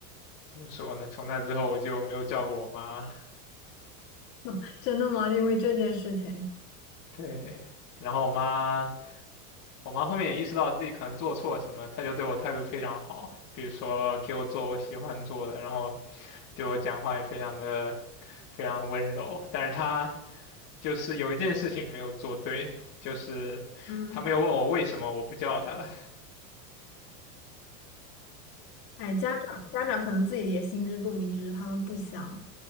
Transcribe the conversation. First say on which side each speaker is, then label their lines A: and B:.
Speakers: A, on the left; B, on the left.
A: 怎么说呢？从那之后我就没有叫过我妈，
B: <laughs> 真的吗？因为这件事情，
A: 对，然后我妈。我妈后面也意识到自己可能做错什么，她就对我态度非常好，比如说给我做我喜欢做的，然后对我讲话也非常的非常温柔。但是她就是有一件事情没有做对，就是她没有问我为什么我不叫她了。
B: 嗯，哎，家长家长可能自己也心知肚明，只是他们不想。